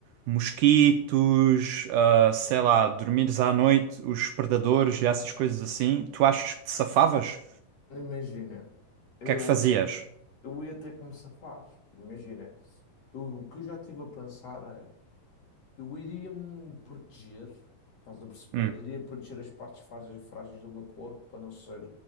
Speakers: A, on the right; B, on the left.
A: Mosquitos, ah, sei lá, dormires à noite, os predadores e essas coisas assim. Tu achas que te safavas?
B: Imagina,
A: O
B: eu,
A: que é que fazias?
B: eu ia ter que me safar. Imagina, eu- o que eu já estive a pensar é: eu iria me proteger, estás a perceber?
A: Hum,
B: Iria proteger as partes frágeis, frágeis do meu corpo para não ser,